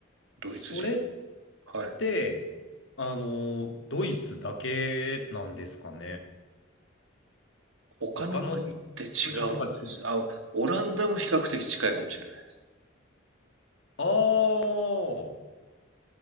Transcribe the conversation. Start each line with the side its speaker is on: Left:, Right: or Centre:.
Right: ドイツ人。
Left: それっ
Right: はい。
Left: て、あの、ドイツだけなんですかね。
Right: 他の国って違うんです。
Left: 他の国とかき、
Right: あ、オランダも比較的近いかもしれない。
Left: あー